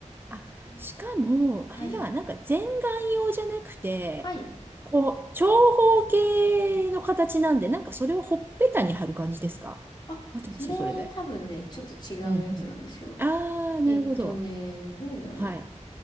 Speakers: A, on the right (about 15°); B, on the left (about 35°).
A: あ、
B: あれ
A: しかも、
B: はい。
A: あれだ、なんか全顔用じゃなくて、
B: はい。
A: こう、長方形の形なんで、なんかそれをほっぺたに貼る感じですか合ってますそれで。
B: あ、それ多分ね、ちょっと違うやつなんですよ。
A: うんうん。ああ、なるほど。
B: えっとね、どれだろう
A: はい。